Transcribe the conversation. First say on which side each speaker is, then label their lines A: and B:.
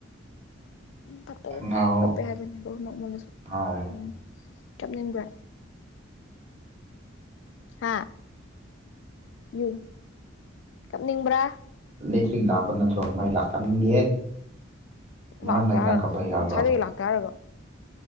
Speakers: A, on the left; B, on the right.
A: ꯐꯠꯇꯕꯅꯦ
B: ꯉꯥꯎ
A: ꯀꯞꯄꯦ ꯍꯥꯏꯕꯅꯦ ꯗꯨꯝ ꯅꯣꯛꯃꯜꯂꯁꯨ
B: ꯉꯥꯎ
A: ꯎꯝ ꯀꯞꯅꯤꯡꯕ꯭ꯔꯥ ꯍꯥ ꯌꯨ ꯀꯞꯅꯤꯡꯕ꯭ꯔꯥ
B: ꯂꯩꯇ꯭ꯔꯤ ꯂꯥꯛꯄ ꯅꯠꯇ꯭ꯔꯣ ꯃꯥꯏ ꯂꯥꯛꯄ ꯇꯝꯅꯤꯡꯗꯦꯍꯦ ꯃꯔꯝ
A: ꯂꯥꯛꯇ‌ꯦ
B: ꯂꯩꯇꯅ
A: ꯍꯥꯏꯔꯒ
B: ꯀꯞꯄ ꯌꯥꯕ꯭ꯔꯣ
A: ꯅꯁꯥꯏꯗꯒꯤ ꯂꯥꯛꯇ‌ꯦ ꯍꯥꯏꯔꯒ